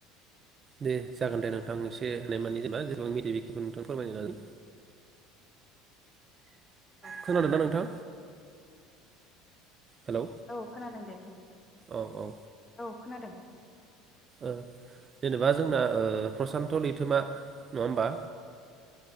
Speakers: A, on the right; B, on the left.
A: दे जागोन दे नोंथां एसे होन मानि जेनेबा जेबां मिथि बेखिखौ नोंथां फोरमायगोन
B: औ
A: खोनादों
B: औ
A: दा नोंथां? हेलौ
B: औ खोनादों दे बुं
A: औ ओ
B: औ खोनादों
A: ओ जेनेबा जोंना ओ प्रसान्त' लैथोमा नङा होमबा